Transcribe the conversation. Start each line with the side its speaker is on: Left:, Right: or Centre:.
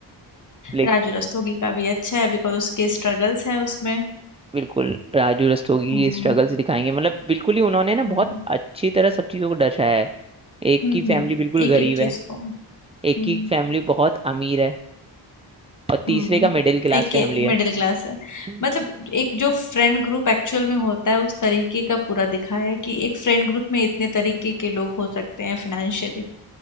Right: ले
Left: राजू रस्तोगी का भी अच्छा है बिकॉज उसके स्ट्रगल्स हैं उसमें
Right: बिल्कुल राजू रस्तोगी
Left: हम्म
Right: की स्ट्रगल्स दिखाएंगे मतलब बिल्कुल ही उन्होंने ना
Left: हम्म
Right: बहुत अच्छी तरह सब चीजों को दर्शाया है एक
Left: हम्म
Right: की फैमिली बिल्कुल
Left: एक
Right: गरीब
Left: एक चीज
Right: है
Left: को हम्म
Right: एक की फैमिली बहुत अमीर है और तीसरे
Left: हम्म
Right: का मिडिल क्लास
Left: एक
Right: फैमिली
Left: के तभी
Right: है
Left: मिडिल क्लास है जी
Right: <laughs>
Left: मतलब एक जो फ्रेंड ग्रुप एक्चुअल में होता है उस तरीके का पूरा दिखाया है कि एक फ्रेंड ग्रुप में इतने तरीके के लोग हो सकते हैं फाइनेंशियली